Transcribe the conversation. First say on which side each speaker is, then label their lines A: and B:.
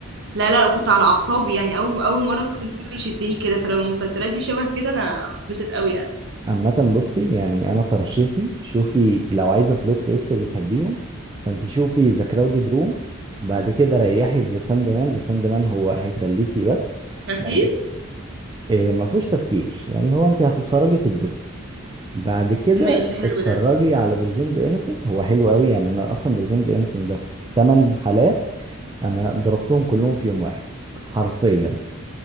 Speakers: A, on the right (about 55°); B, on the right (about 20°).
A: لا لا كنت على اعصابي يعني اول اول مرة فيلم يشدني كده فلو المسلسلات دي شبه كده انا هتبسط قوي يعني
B: عامة بصي يعني انا ترشيحي شوفي لو عايزة بلوت تويست وبتحبيهم فانت شوفي ذا كراودد روم بعد كده ريحي في ذا ساند مان ذا ساند مان هو هيسليكي بس
A: خفيف
B: بعد آه، ما فيهوش تفكير يعني هو انت هتتفرجي تتبسطي بعد كده
A: ماشي حلو
B: اتفرجي
A: ده
B: على برزون ذا انسنت هو حلو قوي يعني انا اصلا برزون ذا انسنت ده في 8 حالات انا ضربتهم كلهم في يوم واحد حرفيا